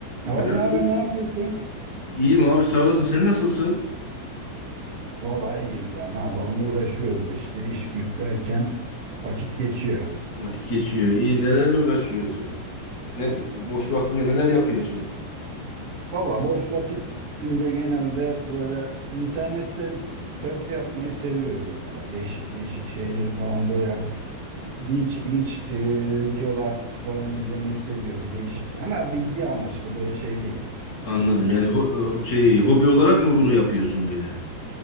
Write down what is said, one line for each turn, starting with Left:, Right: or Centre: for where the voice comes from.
Right: Abi
Left: Merhaba
Right: ne haber,
Left: dur.
Right: ne yapıyorsun?
Left: İyiyim abi sağ olasın. Sen nasılsın?
Right: Vallahi iyiyiz ya. Ne yapalım? Uğraşıyoruz işte iş güç derken vakit geçiyor.
Left: Vakit geçiyor. İyi. Nelerle uğraşıyorsun? Ne, boş vaktinde neler yapıyorsun?
Right: Vallahi boş vakitimde genelde böyle internette surf yapmayı seviyorum böyle. Değişik değişik şeyleri falan böyle ilginç ilginç e, videolar falan izlemeyi seviyorum. Değişik ama bilgi amaçlı böyle şey değil.
Left: Anladım.
Right: Yani
Left: Yani ho- o şey hobi olarak mı bunu yapıyorsun böyle?